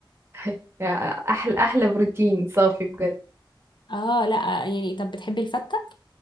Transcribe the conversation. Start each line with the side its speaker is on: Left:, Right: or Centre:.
Right: <laughs> يا احلى احلى بروتين صافي بجد
Left: اه لا يعني طب بتحبي الفتة